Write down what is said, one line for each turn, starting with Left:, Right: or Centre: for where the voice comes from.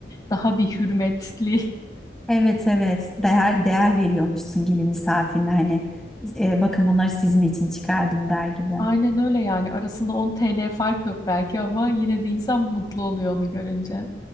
Left: daha bir hürmetli. <laughs>
Centre: Evet evet. Değer değer veriyormuşsun gibi misafirine hani e, bakın bunları sizin için çıkardım der gibi.
Left: Aynen öyle yani arasında 10 TL fark yok belki ama yine de insan mutlu oluyor onu görünce.